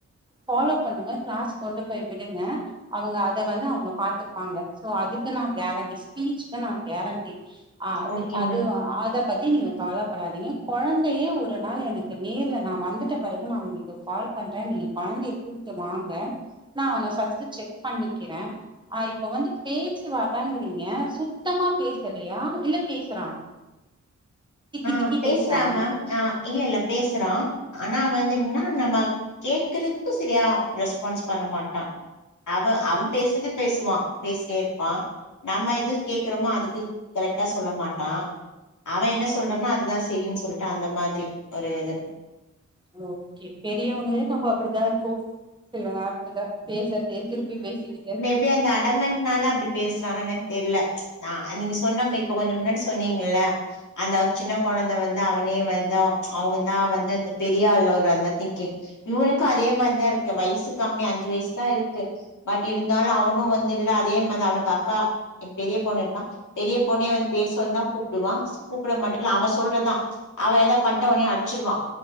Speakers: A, on the right (about 15°); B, on the left (about 75°).
A: ஃபாலோ பண்ணுங்க கிளாஸ் கொண்டு போய் விடுங்க அவங்க அத வந்து அவங்க பாத்துப்பாங்க சோ அதுக்கு நா கேரண்டி ஸ்பீச்க்கு நா கேரண்டி அ
B: ஓகே
A: அது
B: மேம்
A: அத பத்தி நீங்க கவலைப்படாதீங்க கொழந்தைய ஒரு நாள் எனக்கு நேர்ல நா வந்துட்ட பிறகு நா உங்களுக்கு கால் பண்றே நீங்க கொழந்தைய கூப்ட்டு வாங்க நா அவனை ஃபர்ஸ்ட் செக் பண்ணிக்கிறே ஆ இப்ப வந்து பேச்சு வரலங்கிறீங்க சுத்தமா பேசலையா இல்ல பேசுறானா திக்கி
B: ஆ
A: திக்கி
B: பேசுறா
A: பேசுறானா
B: மேம் ஆ இல்ல இல்ல பேசுறா ஆனா வந்து என்னனா நம்ம கேக்குறக்கு செரியா ரெஸ்பான்ஸ் பண்ண மாட்டா அவ அவன் பேசுறது பேசுவா பேசிட்டேஇருப்பா நம்ம எது கேக்றமோ அதுக்கு கரெக்டா சொல்ல மாட்டா, அவ என்ன சொ சொல்றானோ அதுதா செரினு சொல்ட்டு அந்த மாரி ஒரு இது
A: ஓகே பெரியவங்களே நம்ம அப்படிதா இருக்கோ சில நேரத்துல பேசுறதயே திருப்பி பேசிக்கிட்டு
B: எப்டி அந்த அடமென்ட்னால அப்டி பேசுறானா என்னன்னு தெரில ஆ நீங்க சொன்னோம்மே இப்ப கொஞ்ச முன்னாடி சொன்னீங்கல்ல அந்த சின்ன கொழந்தை வந்து அவனே வந்து அவங்கதா வந்து அந்த பெ ரிய ஆள்னு ஒரு அந்த திங்கிங் இவனுக்கு அதே மாரிதா இருக்கு வயசு கம்மி அஞ்சு வயசுதா இருக்கு பட் இருந்தாலு அவனு வந்து இல்ல அதே மாரிதா அவனுக்கு அக்கா எ பெரிய பொண்ணு இருக்கா பெரிய பொண்ணே வந்து பேர் சொல்லிதா கூப்பிடுவா கூப்ட மாட்டு இல்ல அவ சொல்றதா அவள் ஏதா பண்ட்ட ஒடனே அடிச்சிருவா